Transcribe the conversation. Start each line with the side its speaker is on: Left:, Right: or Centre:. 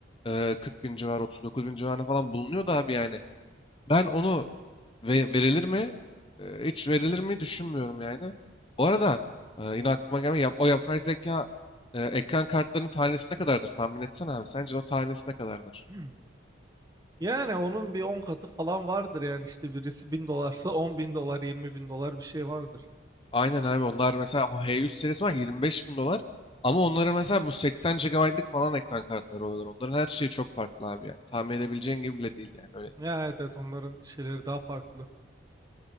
Left: eee 40 bin civarı 39 bin civarına falan bulunuyor da abi yani. Ben onu ve verilir mi? Eee, hiç verilir mi düşünmüyorum yani. Bu arada eee, yine aklıma gelme yap, o yapay zeka eee, ekran kartlarının tanesi ne kadardır tahmin etsene abi. Sence o tanesi ne kadardır?
Right: <clears throat> Yani onun bir 10 katı falan vardır yani işte birisi 1000 dolarsa on bin dolar yirmi bin dolar bir şey vardır.
Left: Aynen abi onlar mesela o H100 serisi var 25 bin dolar. Ama onların mesela bu 80 gigabaytlık falan ekran kartları oluyor. Onların her şeyi çok farklı abi yani. Tahmin edebileceğin gibi bile değil yani öyle.
Right: Ya evet evet onların şeyleri daha farklı.